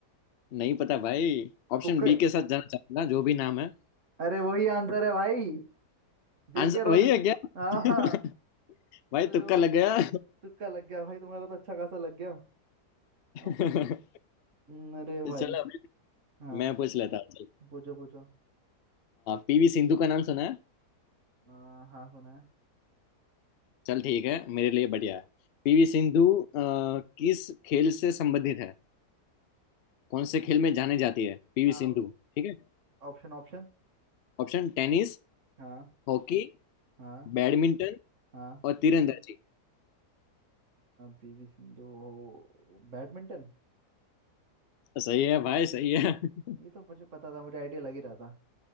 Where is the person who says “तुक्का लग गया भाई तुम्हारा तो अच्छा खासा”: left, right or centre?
Right